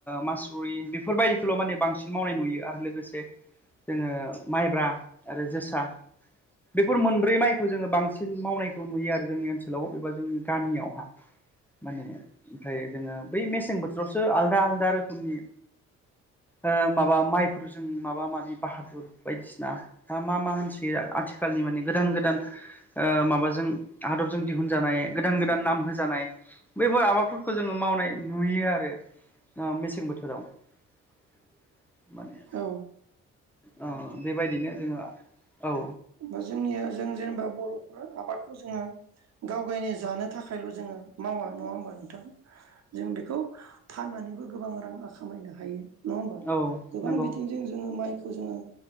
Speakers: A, in the centre; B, on the right.
A: मासुरि बेफोरबायदिखौल' माने बांसिन मावनाय नुयो आरो लोगोसे जोङो माइब्रा आरो जोसा बेफोर मोनब्रै माइखौ जोङो बांसिन मावनायखौ नुयो आरो। जोंनि ओनसोलाव एबा जोंनि गामियावहा माने ओमफ्राय जोङो बै मेसें बोथोरावसो आलदा आलादा रोखोमनि ओ माबा माइफोरजों माबा माबि बाहादुर बायदिसिना दा मा मा होनसोयो आथिखालनि माने गोदान गोदान ओ माबाजों आदबजों दिहुनजानाय गोदान गोदान नाम होजानाय बैफोर आबादफोरखौ जोङो मावनाय नुयो आरो ओ मेसें बोथोराव। <inaudible> माने
B: औ
A: ओ बेबायदिनो जोङो औ।
B: बा जोंनिया जों जेनेबा बर'फ्रा आबादखौ जोङो गाव गायनि जानो थाखायल' जोङो मावा। नङा होमबा नोंथां? जों बिखौ फाननानैबो गोबां रांआ खामायनो हायो। नङा होमबा?
A: औ
B: गोबां
A: नंगौ
B: बिथिंजों जोङो माइखौ जोङो